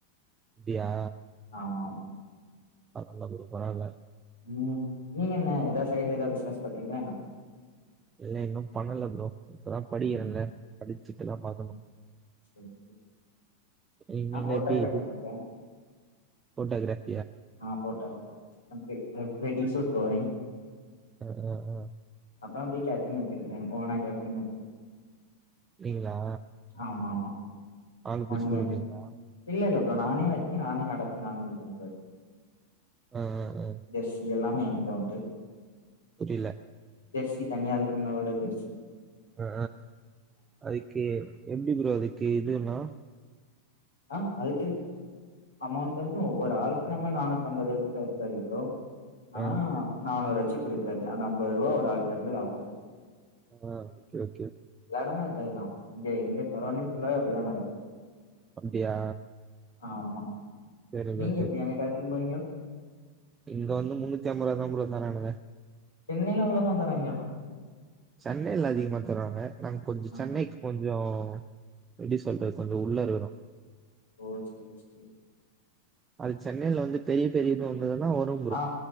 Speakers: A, on the right (about 20°); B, on the left (about 75°).
A: அப்டியா?
B: ஆமாம்.
A: பரவால்ல ப்ரோ பரவால்ல
B: ம். நீங்க என்ன ஏதா சைட்ல ஏதா பிசினஸ் பண்றீங்களா என்ன?
A: இல்ல இன்னு பண்ணல ப்ரோ இப்பதா படிக்கிறல
B: ம்.
A: படிச்சுட்டு தா பாக்கணு
B: ம். சரி, சரி.
A: இனிமேட்டு
B: நான் போட்டோகிராஃபி
A: எது
B: பண்றேன்
A: ஃபோட்டோகிராஃப்.
B: ஆ போட்டா வெ வெ வெட்டிங்க ஷூட் போவே
A: அ அ ஆ
B: அப்ற அப்டியே கேட்டரிங் வச்சிருக்குறே ஓனா கேட்டரிங் வச்சிருக்க
A: நீங்களா
B: ஆமா ஆமா
A: பால் பீச்சி
B: ஒன் இயர்
A: குடுப்பீங்களா
B: இல்ல இல்ல ப்ரோ நானே வச்சு நானே நடச்சு நானு இது பண்றது
A: ம் ம் ம்
B: ஜெர்சி எல்லாமே என்ட்ட உண்டு.
A: புரில
B: ஜெர்சி தனியா அதுக்குன்னா உள்ள போயிரிச்சு.
A: அ அதுக்கு எப்டி ப்ரோ அதுக்கு இதுல்லா
B: அ அதுக்கு. அமௌண்ட் வந்து ஒரு ஆள்க்கு நம்ம நானூத்தம்பதுக்கு குடுக்கணு ப்ரோ ஆனா
A: ஆ
B: நானூறு வாச்சு குடுக்கறது. அந்த அம்பது ரூபா ஒரு ஆள்ட இருந்து லாபொ
A: ஆ ஓகே ஓகே.
B: எல்லா எடமே அதேதா இங்க எங்க சரௌண்டிங் ஃபுல்லாவே அப்டிதா நடக்குது
A: அப்டியா
B: ஆ ஆமா
A: சரி ப்ரோ
B: நீங்க எப்டி அங்க கேட்டிரிங் போவீங்களா
A: இந்த வந்து முன்னூத்தி அம்பது தா ப்ரோ தரானுங்க
B: சென்னையில அவ்ளோதா தராய்ங்களா
A: சென்னையில அதிகமா தருவாங்க நாங்க கொஞ்ச
B: ஆ
A: சென்னைக்கு கொஞ்சோ எப்டி சொல்றது கொஞ்ச உள்ளற இருக்குறோ
B: ஓ சரி சரி
A: அது சென்னையில வந்து பெரிய பெரிய இது வந்ததுன்னா வரு
B: ஆ